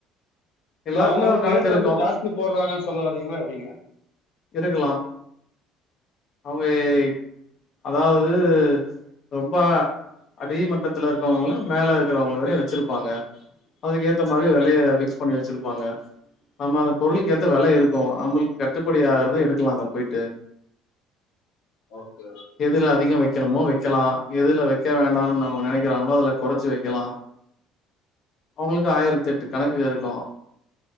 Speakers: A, on the left; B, on the left.
A: எல்லாருக்குமே
B: இல்ல அவுங்கல்லா
A: ஒரு கணக்கு
B: ரேட்
A: இருக்கு
B: வந்து ஜாஸ்தி போட்றாங்கன் சொல்ல வரீங்ளா எப்டிங்க
A: இருக்கலாம் அவுங்க ஏ அதாவ்து ரொம்ப அடிமட்டத்தில இருக்கிறவங்ளு மேல இருக்கிறவங்கள அப்டியே வெச்சிரு ப்பாங்க அதுக்கு ஏத்த மாரி வெலய ஃபிக்ஸ் பண்ணி வெச்சிருப்பாங்க நம்ம அந்த பொருளுக்கேத்த வெல இருக்கு நம்மள்க் கட்டுப்படி ஆகிறது எடுக்கலா அங்க போய்ட்டு
B: ஓகே
A: எதுல அதிக வெக்கணுமோ வெக்கலா எதில வெக்க வேண்டானு அவுங்க நெனைக்கிறாங்ளோ அதில கொறச்சி வைக்கலா அவுங்களுக்கு ஆயிரத்தெட்டு கணக்குக இருக்கு